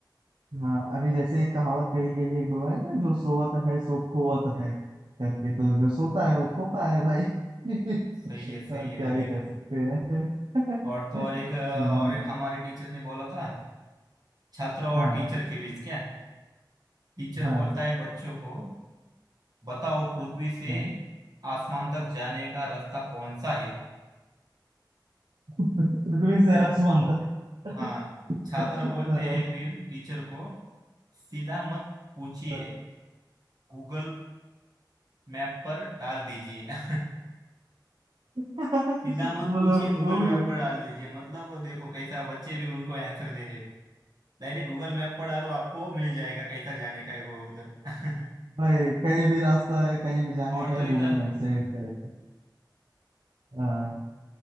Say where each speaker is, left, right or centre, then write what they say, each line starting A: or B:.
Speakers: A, on the right; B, on the right.
A: हाँ अभी जैसे एक कहावत कही गई है एक दो है ना जो सोवत है सो खोवत है करके तो जो सोता है वो खोता है भाई <laughs>
B: सही है सही
A: हाँ,
B: है
A: क्या
B: वो
A: ही
B: भी
A: कह सकते हैं <laughs>
B: और तो और एक अ,
A: हम्म,
B: और एक हमारे टीचर ने बोला था छात्र और
A: हाँ
B: टीचर के बीच क्या टीचर
A: हाँ
B: बोलता है बच्चों को बताओ पृथ्वी से
A: हाँ
B: आसमान तक जाने का रास्ता कौन सा है
A: <laughs> पृथ्वी से
B: फिर
A: आसमान तक <laughs>
B: हाँ
A: हाँ,
B: छात्र बोलते हैं फिर टीचर को सीधा मत पूछिए
A: हाँ।
B: गूगल मैप पर डाल दीजिए <laughs>
A: <laughs>
B: सीधा मत
A: मतलब
B: पूछिए गूगल
A: वो भी
B: मैप पर डाल दीजिए मतलब देखो कैसा बच्चे भी उनको आंसर दे दे डायरेक्ट गूगल मैप पर डालो आपको मिल जाएगा कैसा जाने का है वो उधर <laughs>
A: भाई कहीं भी रास्ता है कहीं भी जाने
B: और
A: का
B: तो
A: है
B: एक
A: गूगल मैप से चलेगा हाँ